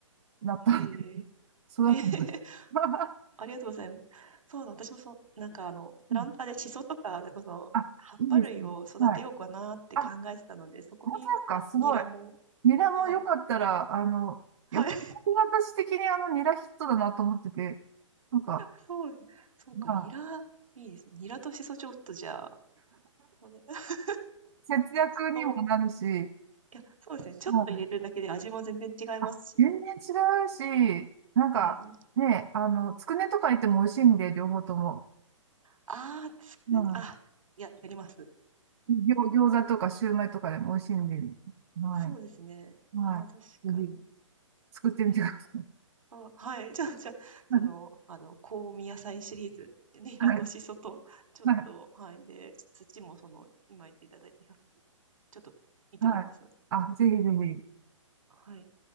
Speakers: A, on the right; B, on the right.
A: なったんで、
B: へえ。
A: 育てます。
B: ええ。<laughs>
A: <laughs>
B: ありがとうございます。そうだ、私もそう、なんかあの、プランターでシソとか、
A: うん。
B: なんかその、
A: あ、
B: 葉っぱ類を育てようかなって考えてたので、
A: いいですね。はい。あ、
B: そこにニラも、
A: 本当ですかすごい。ニラもよかったら、
B: はい。
A: あの、
B: はい。
A: よく私的にあのニラヒットだなと思ってて、なんか、
B: そうです、そうか、
A: まあ、
B: ニラ、いいですね。ニラとシソちょっとじゃあ、この <laughs>
A: <laughs> 節約にもなるし、
B: お、いや、そうですね。ちょっと入れるだけで味も全然違いますしね。
A: まあ、あ、全然違うし、なんか、
B: うん。
A: ね、あの、つくねとか入っても美味しいんで、両方とも。
B: ああ、つくね、
A: うん。
B: あ、いや、やります。
A: 餃餃子とかシューマイとかでも美味しいんで、はい。
B: そうですね。
A: はい。
B: ああ、確かに。
A: ぜひ、作ってみてくださ
B: ニラと。あ、はい。じゃあ、じゃあ、その、
A: い。
B: あの、香味野菜シリーズ。ニラとシソと、
A: はい、
B: ちょっと、
A: はい、
B: はい。で、土もその、今言っていただいて、ひゃくちょっと見てみます。
A: はい。あ、ぜひぜひ。
B: はい。